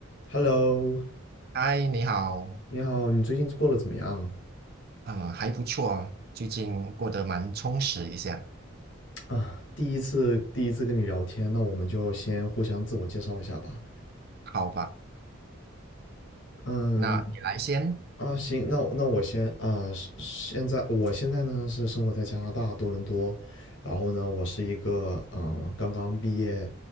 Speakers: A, on the left; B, on the right.
A: Hello，
B: 嗨，你好，
A: 你好，你最近过得怎么样
B: 呃，还不错，最近过得蛮充实一下，
A: 啊？第一次第一次跟你聊天，那我们就先互相自我介绍一下吧。
B: 好吧？
A: 嗯，
B: 那你来先，
A: 啊，行，那我那我先啊，是现在我现在呢是生活在加拿大多伦多，然后呢，我是一个嗯、呃刚刚毕业